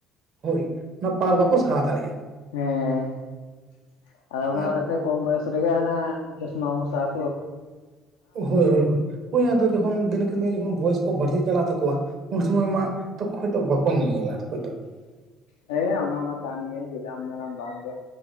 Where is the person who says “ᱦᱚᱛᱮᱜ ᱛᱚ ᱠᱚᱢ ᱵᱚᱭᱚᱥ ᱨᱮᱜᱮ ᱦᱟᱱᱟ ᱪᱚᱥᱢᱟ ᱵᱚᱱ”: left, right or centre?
Left